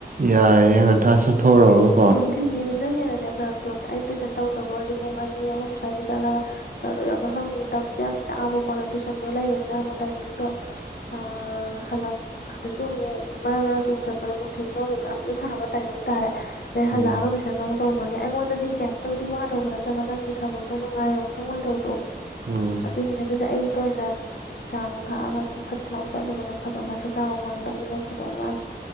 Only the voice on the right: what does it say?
ꯌꯥꯏꯌꯦ ꯉꯟꯇꯥ ꯆꯠꯊꯣꯛꯑꯨꯔꯣ
ꯎꯝ
ꯎꯝ